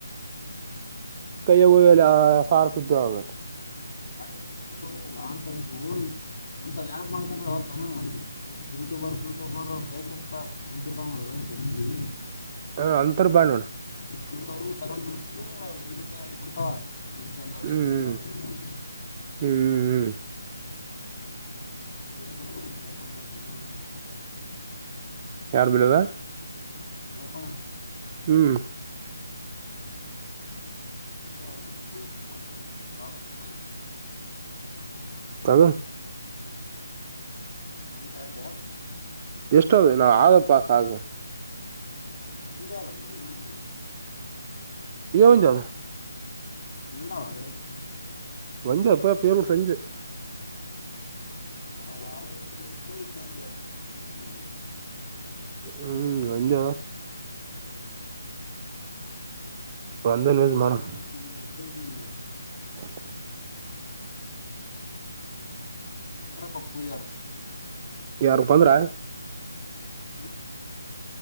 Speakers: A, on the right; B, on the left.
A: ಕೈಯ ಸಾರು ಪಿಟ್ಟು ಆಗಲ್ಲಾ
B: <unintelligible> ಅಂತ ಯಾರ್ ಮಾಡ್ಕಂದ್ರ ಅವತ್ತನಾ ಅರ್ಜ ಯೂಟ್ಯೂಬರ್ ಪ್ಯೂಟ್ಯೂಬರ್ ಬೇಕಂತ ಕುಂತಿರ್ತ ನೋಡುದು ಚನ್ನ ರ <unintelligible>
A: ಹ ಅಂತರು ಬ್ಯಾಡ್ ನೋಡ
B: ಅಂತವು ತಗೊಂಡು ಇ್ದ ಆಕ ಬಿಿಡ್ತಾವ ಇ ಚಂದ ಅದ
A: ಹ್ಮ್
B: ಇ ಚಂದ ಅದ ಇಲ್ಲ ಅಂತ
A: ಹ್ಮ್ ಹ್ಮ್
B: ಪಡ್ ಮ ತ ಭ ಸಮ
A: ಯಾರ್ ಬೀಳದ
B: ಹಂಗಪ್ಪಣ
A: ಹ್ಮ್
B: ತಾವ
A: ತಾಗ
B: ನಿತಂತಲ್ಲ
A: ಎಷ್ಟ ಅದು ನಾವವು ಆಧಾರ್ ಪಾಸ್ ಆಗುವ
B: ಒಂದೇ ಅಂದ ಇನ್ನೊ ಚಲ
A: ಏವನು ಜಾದ
B: ಎಲ್ಲಾವ ಏಾರ ಮಡಸ
A: ಒಂದ ಅಪ್ಪ ಪರು ಸಂಜೆ
B: ವ ಇ ಇಗೆಗೆ
A: ಹ್ಮ್
B: ಅಳಿಯಾರ್ಕಣ
A: ಒಂದ ಒಂದೇ ಯೂಸ್
B: ಹಳಿಯಾರ್
A: ಮಾಡೇಡಮ
B: ಬಡ ನಂಗೆ ಆಯ್ತು ಇದ್ ನಂಗೆ ಆಯತಾ
A: <inaudible> <inaudible>
B: ಅಂ್ರಪ್ಪ ಪೂಜಾರ
A: ಯಾರು ಪಂದ್ರ
B: ಹ್ಮ